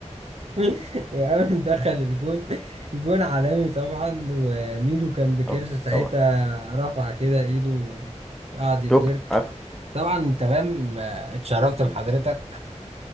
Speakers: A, on the right (about 55°); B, in the centre.
A: <laughs> وقام دخل الجون جون عالمي طبعا وميدو كان بكرش
B: آه،
A: ساعتها
B: طبعا
A: رفع كده ايده وقعد يتورك
B: شفت عارف
A: طبعا تمام آه، اتشرفت بحضرتك
B: مم.